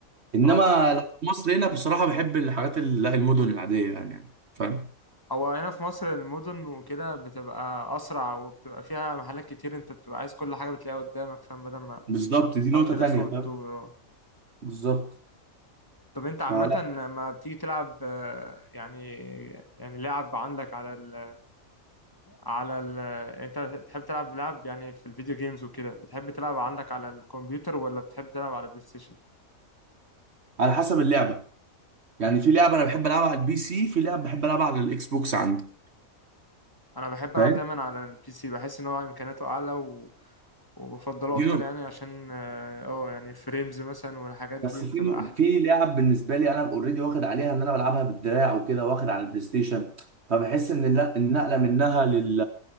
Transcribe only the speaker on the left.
اه
هو هنا في مصر المدن وكده بتبقى أسرع وبتبقى فيها محلات كتير أنت بتبقى عايز كل حاجة بتلاقيها قدامك فاهم بدل ما
تقعد
تلف
وتدور
اه.
طب أنت عامة
لما بتيجي تلعب آه، يعني يعني لعب عندك على ال على ال أنت بتحب تلعب لعب يعني في الفيديو جيمز وكده بتحب تلعب عندك على الكمبيوتر ولا بتحب تلعب على البلاي ستيشن؟
مم.
أنا بحب ألعب
دايما على البي سي بحس إن هو إمكانياته أعلى و وبفضله
أكتر يعني عشان اه آه، يعني فريمز مثلا والحاجات دي
بتبقى
أحلى